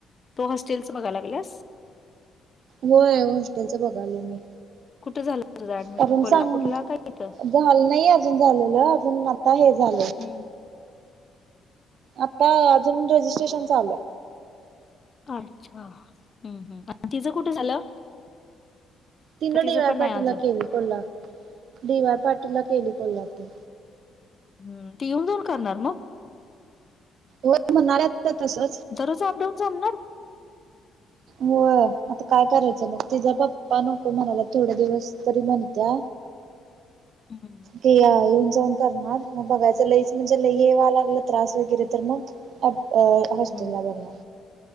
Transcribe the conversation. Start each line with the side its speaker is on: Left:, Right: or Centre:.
Left: तू हॉस्टेलच बघा लागलेयास
Right: होय हॉस्टेलचं बघाय लो मी
Left: कुठं झालं तुझं ऍडमिशन
Right: कारण
Left: कोल्हापूरला
Right: सांग
Left: का इथं
Right: झालं नाही अजून झालेलं अजून आता हे झालं.
Left: हम्म
Right: आता अजून रजिस्ट्रेशन चाललं
Left: अच्छा हम् ह् तिचं कुठे झालं.
Right: तिन
Left: का तिचं
Right: डी वाय
Left: पण नाही
Right: पाटीलला
Left: अजून
Right: केली कोल्हापूर डी वाय पाटीलला केली कोल्हापूर.
Left: हम्म ती येऊन जाऊन करणार मग.
Right: व म्हणणाऱ्या तसंच.
Left: दररोज अपडाऊन जामणार?
Right: होय आता काय करायचं मग तिचा पप्पा नको म्हणाला थोड दिवस तरी म्हणत्या
Left: <inaudible> हम्म
Right: ते या येऊन जाऊन करणार मग बघायच लईच म्हणजे लई येवा लागला त्रास वगैरे तर मग अप अ हॉस्टेलला
Left: हम्म
Right: बगनार.